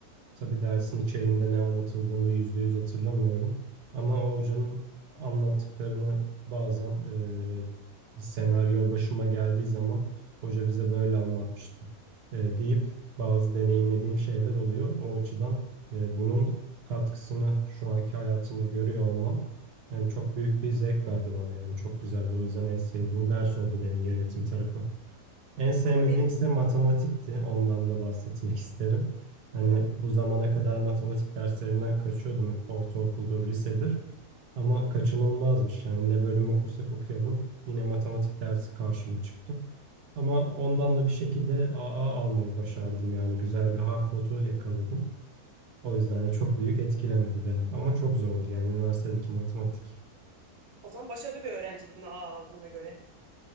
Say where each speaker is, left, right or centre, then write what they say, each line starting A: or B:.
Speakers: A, on the right; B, on the right.
A: Tabii dersin içeriğinde ne anlatıldığını da yüzde yüz hatırlamıyorum. Ama o hocanın anlattıklarını bazen e, bir senaryo başıma geldiği zaman hoca bize böyle anlatmıştı e, deyip bazı deneyimlediğim şeyler oluyor. O açıdan e, bunun katkısını şu anki hayatımda görüyor olmam yani çok büyük bir zevk verdi bana yani çok güzeldi. O yüzden en sevdiğim ders oldu benim yönetim tarafı. En sevmediğimse
B: Aa, benim
A: matematikti. Ondan da bahsetmek isterim. Hani
B: Hı hı.
A: bu zamana kadar matematik derslerinden kaçıyordum hep ortaokuldur, lisedir. Ama kaçınılmazmış yani ne bölüm okursak okuyalım yine matematik dersi karşıma çıktı. Ama ondan da bir şekilde AA almayı başardım yani güzel bir harf notu yakaladım. O yüzden de çok büyük etkilemedi beni ama çok zordu yani üniversitedeki matematik.
B: o zaman başarılı bir öğrenciydin aa aldığına göre.